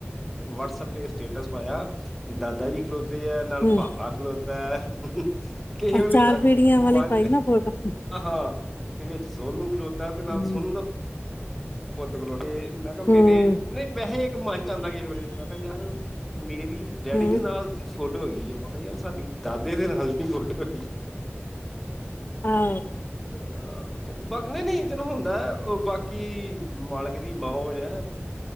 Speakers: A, in the centre; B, on the left (about 45°).
A: ਵਟਸਐਪ ਤੇ ਸਟੇਟਸ ਪਾਇਆ ਦਾਦਾ ਜ ਖਲੋ ਤੇ ਆ ਨਾਲ
B: ਹੂੰ
A: ਭਾਪਾ ਖਲੋਤਾ ਐ ਕਿਸੇ
B: ਆਹ
A: ਵੇਲੇ
B: ਚਾਰ
A: ਨਾ
B: ਪੀੜੀਆਂ ਵਾਲੀ
A: ਮੰਨ
B: ਪਾਈ ਨਾ ਫੋਟੋ
A: ਆਹਾ ਤੇ ਵਿੱਚ ਸੋਨੂੰ ਖਲੋਤਾ ਕੇ ਨਾਲ
B: ਹੂੰ
A: ਸੋਨੂੰ ਦਾ ਪੁੱਤ ਖਲ੍ਹੋਤਾ ਤੇ ਮੈਂ ਕਿਹਾ ਮੇਰੇ,
B: ਹੂੰ
A: ਨਈ ਵੈਸੇ ਇੱਕ ਮਨ 'ਚ' ਆਦਾ ਕਿਸ ਵੇਲੇ ਇਦਾ ਮੈਂ ਕਿਹਾ ਯਾਰ ਮੇਰੀ ਡੈਡੀ
B: ਹੂੰ
A: ਦੇ ਨਾਲ ਫੋਟੋ ਹੈਗੀ ਐ, ਪਤਾ ਹੀ ਆ ਪਰ ਸਾਡੀ ਦਾਦੇ ਦੇ ਨਾਲ ਨੀ ਫੋਟੋ ਹੈਗੀ
B: ਹਾ
A: ਹਾਂ ਚਲੋ ਬਾਕੀ ਨਈ-ਨਈ ਚਲੋ ਹੁੰਦਾ ਓ ਬਾਕੀ ਮਾਲਕ ਦੀ ਮੋਜ ਐ